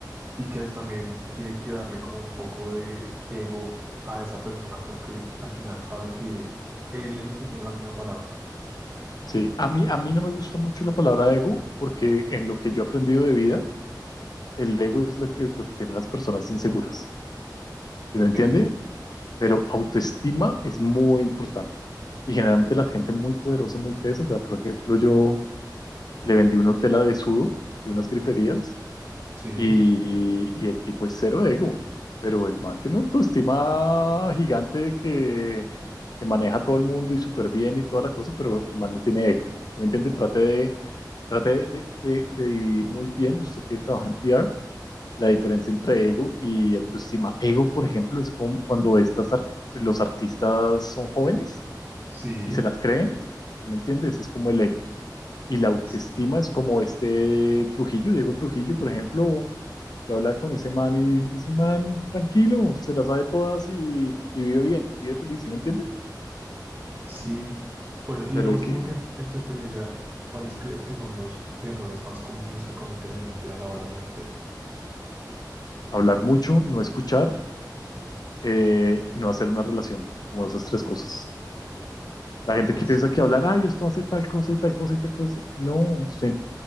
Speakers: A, on the right; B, on the left.
A: Y que también tiene que darle como un poco de ego a esa persona porque al final sabe que él es el que tiene la última palabra.
B: sí. A mí, a mí no me gusta mucho la palabra ego porque en lo que yo he aprendido de vida, El ego es lo que, lo que tienen las personas inseguras,
A: Ok,
B: ¿sí me entiende? Pero autoestima es muy importante. Y generalmente la gente muy poderosa, muy tesa, o sea, por ejemplo, yo le vendí una tela de sudo, de unas griferías,
A: sí,
B: y, y y el tipo es cero ego, pero el man tiene una autoestima gigante que, que maneja a todo el mundo y súper bien y toda la cosa, pero el man no tiene ego. ¿sí ¿Me entiende? Trate de, trate de, de- de dividir muy bien, usted que trabaja en PR, la diferencia entre ego y autoestima. Ego, por ejemplo, es como cuando estas ar- los artistas son jóvenes
A: sí,
B: y se las creen, ¿sí ¿me entiendes? Es como el ego. Y la autoestima
A: sí.
B: es como este Trujillo, Diego Trujillo, por ejemplo, te habla con ese man y dice, man, tranquilo, se las sabe todas y, y vive bien, vive feliz, ¿sí me entiende?
A: sí. Bueno, y
B: Pero
A: digamos
B: hay que
A: como que en tu experiencia, ¿cuáles crees que son los errores más comunes que comete la gente a la hora de vender?
B: hablar mucho, no escuchar eh, y no hacer una relación, como esas tres cosas. La gente
A: Más.
B: que piensa que hablar, ay, esto hace tal cosa y tal cosa y tal cosa. No, usted